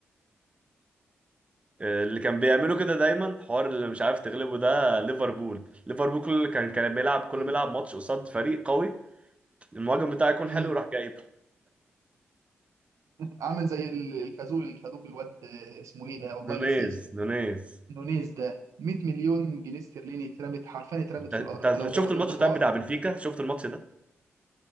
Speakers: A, on the right; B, on the right.
A: آه، اللي كان بيعملوا كده دايما حوار اللي مش عارف تغلبه ده ليفربول ليفربول كل اللي كان كان بيلعب كل
B: مم،
A: ما يلعب ماتش قصاد فريق قوي المهاجم بتاعه يكون
B: مم،
A: حلو يروح جايبه
B: عامل زي ال- الخازوق اللي خدوه في الواد آه، اسمه ايه ده والله
A: نونيز
B: ناسي اسمه
A: نونيز
B: نونيز ده 100 مليون جنيه استرليني اترمت حرفيا اترمت
A: انت
B: في الارض
A: أنت
B: لو جو
A: شفت
B: لو
A: الماتش
B: دفعوا
A: طيب بتاع بنفيكا شفت الماتش ده